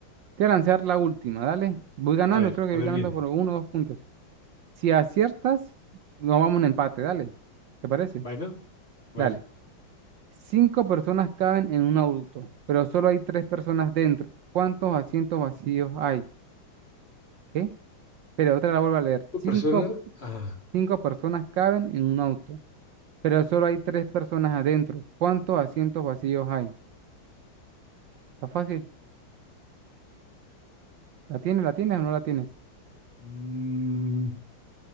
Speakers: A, on the right; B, on the left.
A: te voy a lanzar la última, dale. Voy ganando,
B: A ver,
A: creo que
B: a
A: voy
B: ver,
A: ganando
B: viene.
A: por uno o dos puntos. Si aciertas, nos vamos en empate, dale. ¿Te parece?
B: Bueno, bueno.
A: Dale. Cinco personas caben en un auto, pero solo hay tres personas dentro. ¿Cuántos asientos vacíos hay? ¿Qué? Pero otra la vuelvo a leer.
B: cinco
A: Cinco,
B: personas, ah,
A: cinco personas caben en un auto, pero solo hay tres personas adentro. ¿Cuántos asientos vacíos hay? Está fácil. ¿La tienes, la tienes o no la tienes?
B: mm,